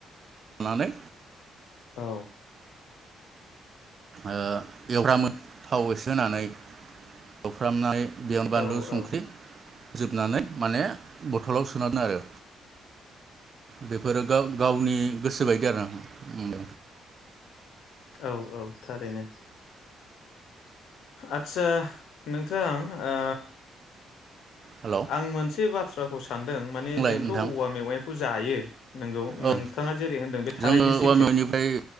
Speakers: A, on the right (about 45°); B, on the left (about 75°).
A: नानै
B: औ।
A: ओ एवफ्रामो थाव एसे होनानै एवफ्रामनानै बेयावनो
B: औ-औ-औ-औ-औ-औ-औ-औ
A: बानलु संख्रि- जोबनानै माने बथलाव सोना दोनो आरो बे फोरो गाव-गावनि गोसोबायदि आरो उम।
B: औ औ। थारैनो। आतसा नोंथां ओ
A: हेलौ
B: आं मोनसे बा थ्राखौसो सानदों माने
A: बुंलाय
B: जोंथ
A: नोंथां
B: औवा मेवाइखौ जायो नोंगौ नोंथाङा
A: औ
B: जेरै होनदों बे थारैनो
A: जोङो
B: सैथो
A: औवा मेवाइनिफ्राय